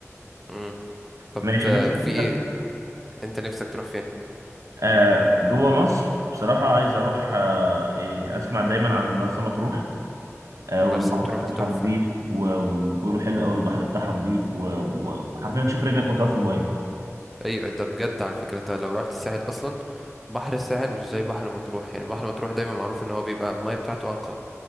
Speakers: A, in the centre; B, on the right (about 85°).
A: مم. طب
B: ماشي
A: آه،
B: نفسي
A: في
B: اسافر
A: ايه انت نفسك تروح فين
B: آه جوه مصر بصراحه عايز اروح آه يعني اسمع دايما عن مرسى مطروح آه
A: مرسى
B: والبحر
A: مطروح
B: بتاعها
A: دي تحفة
B: نظيف و- وبيقولوا حلو قوي البحر بتاعها نظيف و- و- وحرفيا تشوف رجلك مطوه في الميه
A: ايوه ده بجد على فكرة انت لو رحت الساحل اصلا بحر الساحل مش زي بحر مطروح يعني بحر مطروح دايما معروف ان هو بيبقى المية بتاعته انقى